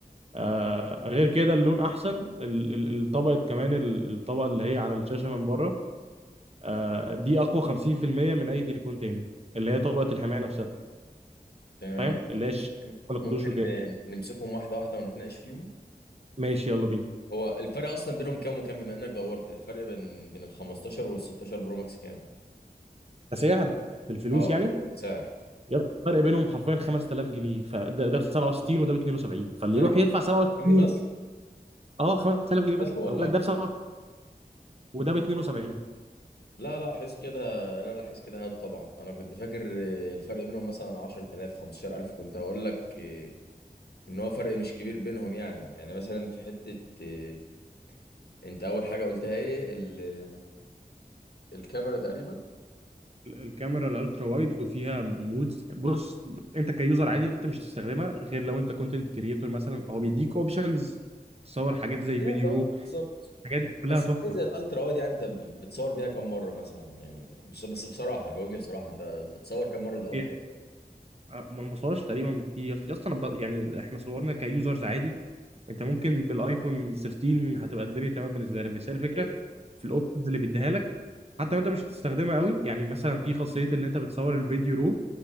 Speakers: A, on the right; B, on the left.
A: آه غير كده اللون احسن ال- ال- الطبقه كمان ال- الطبقه اللي هي على الشاشه من بره آه دي اقوى 50% من اي تليفون تاني اللي هي طبقه الحمايه نفسها
B: تمام
A: فاهم اللي هي الشاشه ما
B: ممكن
A: خدوش وكده
B: ن- نمسكهم واحده واحده ونتناقش فيهم
A: ماشي يلا بينا
B: هو الفرق اصلا بينهم كام وكام بما انك دورت الفرق بين بين ال 15 وال 16 برو ماكس كام
A: كسعر بالفلوس
B: اه
A: يعني
B: سعر
A: يا اسطى الفرق بينهم حرفيا 5000 جنيه فده ده ب 67 وده ب 72 فاللي
B: ثانية
A: يروح يدفع 67
B: سعر جنيه بس
A: اه 5000 جنيه بس
B: بجد والله
A: ما بقول لك ده ب 67 وده ب 72
B: لا لا حس كده لا لا حس كده هاته طبعا انا كنت فاكر آه، الفرق بينهم مثلا 10000 15000 كنت هقول لك آه، ان هو فرق مش كبير بينهم يعني يعني مثلا في حتة آه، انت اول حاجة قلتها ايه ال- آه، الكاميرا تقريبا
A: ال- الكاميرا الالترا وايد وفيها مودز بص انت كيوزر عادي انت مش تستخدمها غير لو انت كونتنت كريتور مثلا هو بيديك اوبشنز تصور حاجات زي
B: هي
A: فيديو
B: ده، آه،
A: رو
B: بالظبط
A: الحاجات دي كلها
B: بس
A: تحفه
B: حاجة زي الالترا وايد يعني انت ب- بتصور بيها كام مرة مثلا يعني بس بس بصراحة جاوبني بصراحة انت بتصور كام مرة بالالترا
A: يعني آه، ما نوصلش تقريبا في في اصلا ب- يعني احنا صورنا كيوزرز عادي انت ممكن بالايفون 13 هتبقى الدنيا تمام بالنسبه لك بس هي الفكره
B: وايد؟
A: في الاوبشنز اللي بيديها لك حتى لو انت مش هتستخدمها قوي يعني مثلا في خاصيه اللي انت بتصور الفيديو رو